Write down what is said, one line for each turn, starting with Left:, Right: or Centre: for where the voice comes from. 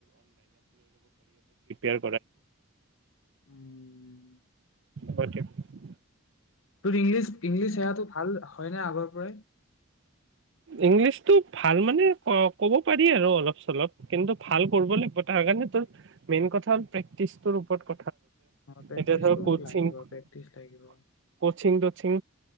Right: এৰ
Left: উমম।
Right: <unintelligible>
Left: তোৰ ইংলিছ ইংলিছ সেৱাটো ভাল হয়নে আগৰ পৰাই?
Right: ইংলিছতটো ভাল মানে ক'ব পাৰি আৰু অলপ-চলপ কিন্তু ভাল কৰব' লাগব' তাৰ কাৰণে তোৰ মেইন কথা হ'ল প্ৰেক্টিচটোৰ ওপৰত ক
Left: অ প্ৰেক্টিচটো
Right: এতিয়া ধৰক কচিং-কচিং
Left: লাগিব প্ৰেক্টিচ লাগিব
Right: তচিং